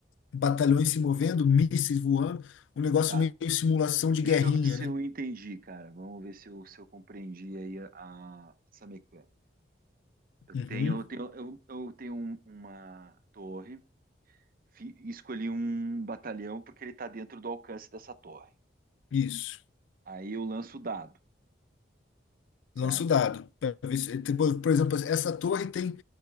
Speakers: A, on the left (about 80°); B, on the right (about 50°).
A: batalhões se movendo, mísseis voando. Um negócio
B: Tá.
A: meio simulação de
B: Deixa
A: guerrinha,
B: eu ver se
A: né?
B: eu entendi, cara. Vamos ver se eu, se eu compreendi aí a, a- essa mecânica. Eu
A: Uhum,
B: tenho, eu tenho, eu, eu tenho um- uma torre, fi- escolhi um batalhão porque ele está dentro do alcance dessa torre.
A: isso.
B: Aí eu lanço o dado, certo?
A: Lança o dado. Pra ver se- tipo, por exemplo, essa torre tem